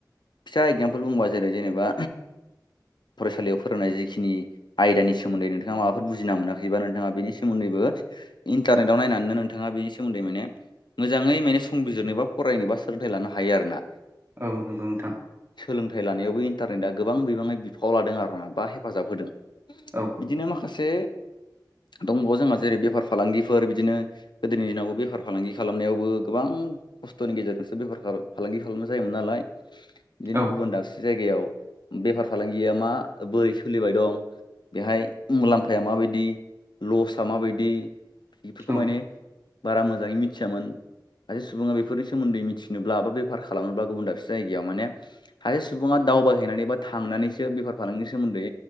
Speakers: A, on the left; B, on the right.
A: फिसा एगजामपोल बुंबा जेरै जेनेबा फरायसालियाव फोरोंनाय जिखिनि आयदानि सोमोन्दै नोंथाङा माबाफोर बुजिना मोनाखैबा नोंथाङा बेनि सोमोन्दैबो बो इन्टारनेटाव नायनानैनो नोंथाङा बेनि सोमोन्दै मायने मोजाङै माने संबिजिरनो बा फरायनोबा सोलोंथाइ लानो हायो आरो ना।
B: औ नोंगौ नोंथां।
A: सोलोंथाइ लानायावबो इन्टारनेटआ गोबां बिबाङै बिफाव लादों आरो ना बा हेफाजाब होदों।
B: औ
A: बिदिनो माखासे दंबावो जोंहा जेरै बेफार फालांगिफोर बिदिनो गोदोनि दिनावबो बेफार फालांगि खालामनायावबो गोबां खस्थ'नि गेजेरजोंसो बेफार फा-फालांगि खालामनाय जायोमोन नालाय बिदिनो
B: औ
A: गुबुन दास से जायगायाव बेफार फालांगिया मा बोरै सोलिबाय दं बेहाय मुलाम्फाया माबायदि लसआ माबायदि बेफोरखौ
B: औ
A: माने बारा मोजाङै मिथियामोन। सासे सुबुङा बेफोरनि सोमोन्दै मिथिनोब्ला बा बेफार खालामनोब्ला गुबुन दाबसे जायगायाव माने सासे सुबुङा दावबायहैनानै बा थांनानैसो बेफार फालांगिनि सोमोन्दै